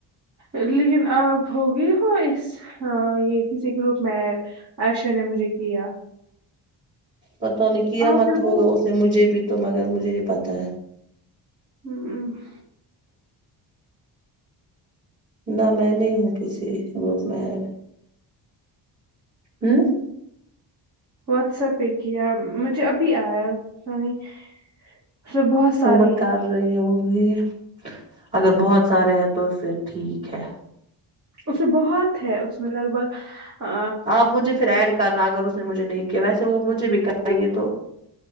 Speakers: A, on the right; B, on the right.
A: لیکن آپ ہوگی ہو اس یہ کسی گروپ میں- عشو نے مجھے کیا-
B: پتہ نہیں کیا
A: آپ
B: مت
A: جو
B: ہوگا
A: ہو
B: اسے مجھے بھی تو مگر مجھے نہیں پتا ہے-
A: ہوں ہ
B: نہ میں نہیں ہوں کسی گروپ میں ایڈ- ہمم
A: واٹس ایپ پہ کیا مجھے ابھی آیا س نہیں- اس میں بہت سارے
B: وہ مت
A: ہی
B: کر رہی ہوگی اگر بہت سارے ہے تو پھر ٹھیک ہے-
A: اس میں بہت ہے اس میں لگ بھگ- آ،
B: آپ مجھے پھر ایڈ کرنا اگر اس نے مجھے نہیں کیا ویسے وہ مجھے بھی کرے گی تو-